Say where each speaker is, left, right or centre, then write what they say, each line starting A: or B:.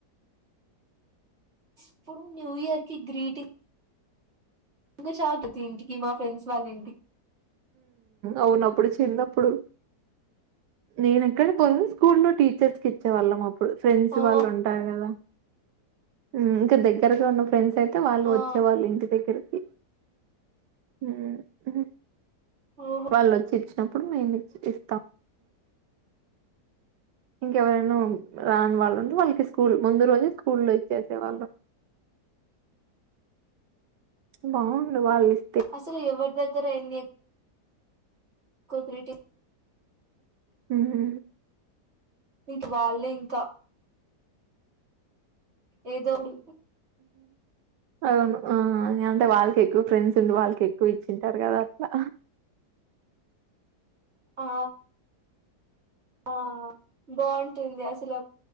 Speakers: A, on the right; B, on the right.
A: అప్పుడు న్యూ ఇయర్ కి గ్రీటింగ్ ఇంగా చాల ప్రతి ఇంటికి మా ఫ్రెండ్స్ వాళ్ళ ఇంటికి
B: అవును అప్పుడు చిన్నప్పుడు నేను ఎక్కడ బోను స్కూల్ లో టీచర్స్ కి ఇచ్చేవాళ్ళం అప్ అప్పుడు ఫ్రెండ్స్
A: ఆ
B: వాళ్ళు ఉంటారు గదా ఉమ్ ఇంకా దగ్గరగా ఉన్నప్పు ఫ్రెండ్స్ అయితే వాళ్ళు
A: ఆ
B: వచ్చే వాళ్ళు ఇంటి దగ్గరకి ఉ ఉహు
A: ఓహో
B: వాళ్ళు వొచ్చి ఇచ్చినప్పుడు మేము ఇస్తాము ఇంక ఎవరినో రాని వాళ్ళు ఉంటరు వాళ్ళకి స్కూల్ ముందు రోజే స్కూల్ లో ఇచ్చేసేవాళ్ళం బాండు వాళ్లిస్
A: అసలు ఎవర్దగ్గర ఎన్ని ఒక్కో గ్రీటి
B: ఉహు
A: ఇంక వాళ్ళే ఇంకా ఏదో ఉడు
B: అవును ఆ అంటే వాళ్ళకి ఎక్కువ ఫ్రెండ్స్ ఉండి వాళ్ళకి ఎక్కువ ఇచ్చింటారు గదా అట్లా
A: ఆ ఆ బాంటుంది అసలు